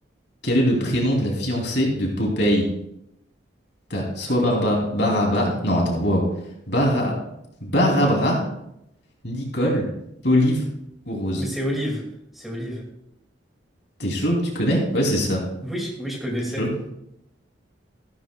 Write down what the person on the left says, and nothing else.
Quel est le prénom de la fiancée de Popeye? T'as soit
Barba... Baraba... Non, attends, waouh. Bara... Barabra, Nicole, Olive ou Rose.
T'es chaud, tu connais? Ouais, c'est ça.
T'es chaud?